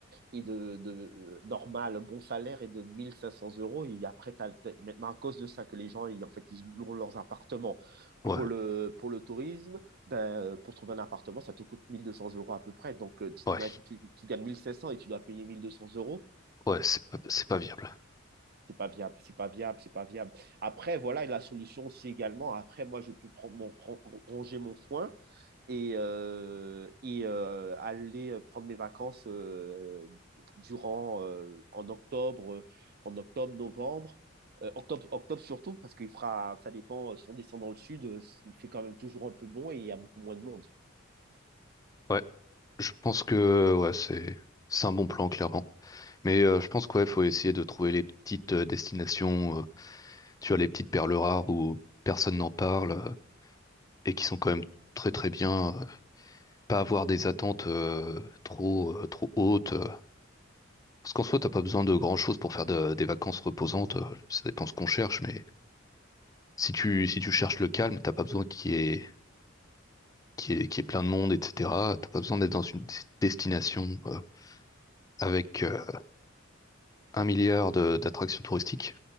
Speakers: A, on the right (about 50°); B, on the left (about 15°).
A: est de, de euh, normal, un bon salaire est de 1500 euros. Et après, t'as- t'as- maintenant, à cause de ça, que les gens, ils, en fait, ils louent leurs appartements
B: Ouais,
A: pour le, pour le tourisme, ben, euh, pour trouver un appartement, ça te coûte 1200 euros à peu près. Donc, euh, tu
B: ouais,
A: t'imagines, tu, tu gagnes 1500 et tu dois payer 1200 euros.
B: ouais, c'est pas, c'est pas viable.
A: c'est pas viable, c'est pas viable, c'est pas viable. Après, voilà, et la solution aussi également. Après, moi, je peux prendre mon, ron- ronger mon foin et, euh, et euh, aller prendre mes vacances euh, durant euh, en octobre, euh, en octobre, novembre, Euh, octobre, octobre surtout parce qu'il fera, ça dépend. euh, Si on descend dans le sud, euh, il fait quand même toujours un peu bon et il y a beaucoup moins de monde.
B: Ouais, je pense que ouais, c'est c'est un bon plan clairement. Mais euh, je pense qu'il ouais, faut essayer de trouver les petites euh, destinations, euh, tu vois, les petites perles rares où personne n'en parle euh, et qui sont quand même très très bien. euh, pas avoir des attentes euh, trop, euh, trop hautes. euh. Parce qu'en soi, t'as pas besoin de grand-chose pour faire de- des vacances reposantes. euh, Ça dépend ce qu'on cherche, mais si tu, si tu cherches le calme, t'as pas besoin qu'il y ait, qu'il y ait, qu'il y ait plein de monde, etc. T'as pas besoin d'être dans une des- destination euh, avec euh, un milliard de- d'attractions touristiques.